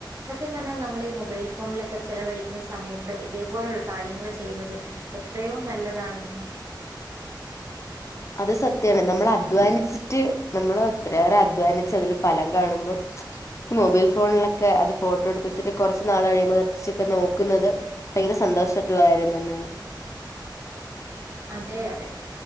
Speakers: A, on the right; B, on the left.
A: സത്യം പറഞ്ഞാൽ നമ്മൾ ഈ മൊബൈൽ ഫോണിലൊക്കെ ചെലവഴിക്കുന്ന സമയത്ത് ഇതേപോലെയുള്ള കാര്യങ്ങൾ ചെയ്യുന്നത് എത്രയോ നല്ലതാണ്
B: അത് സത്യമാണ് നമ്മൾ അധ്വാനിച്ചിട്ട് നമ്മള് എത്രയേറെ അധ്വാനിച്ച് അതില് ഫലം കാണുമ്പോൾ മൊബൈൽ ഫോൺലൊക്കെ അത് ഫോട്ടോ ട്തെച്ട്ട് കൊറച്ച് നാൾ കഴിയുമ്പോ ച്ചികെന്ന് നോക്ക്ന്നെത് ഭയങ്കര സന്തോഷായിട്ടുള്ള കാര്യം തന്നാണ്
A: അതെ അതെ